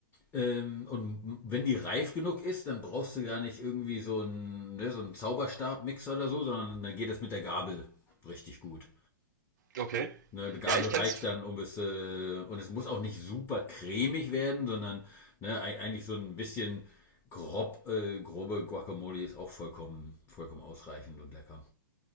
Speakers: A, on the left; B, on the right.
A: ähm, und wenn die reif genug ist, dann brauchst du gar nicht irgendwie so einen, ne, so einen Zauberstabmixer oder so, sondern dann geht das mit der Gabel richtig gut.
B: Okay.
A: Ne, eine Gabel
B: Ja, ich
A: reicht
B: kenn's
A: dann, um es, äh, und es muss auch nicht super cremig werden, sondern ne, ei- eigentlich so ein bisschen grob, äh, grobe Guacamole ist auch vollkommen, vollkommen ausreichend und lecker.